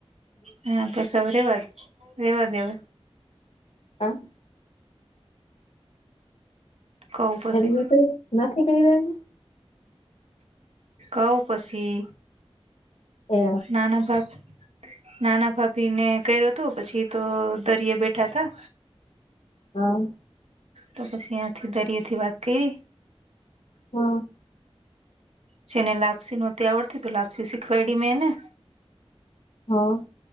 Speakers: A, on the right; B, on the left.
A: હા બસ હવે રેવા દે રેવા દેવ હવે.
B: હા.
A: કવ પછી
B: એની માટે નથી કહી રહી.
A: કઉ પછી
B: એ
A: નાના ભાભ નાના ભાભી ને કર્યો હતો પછી તો દરીયે બેઠા હતા.
B: હા.
A: તો પછી ત્યાંથી દરિયેથી વાત કરી.
B: હા.
A: પછી એને લાપસી નહોતી આવડતી તો લાપસી શીખવાયડી મેં એને.
B: હા.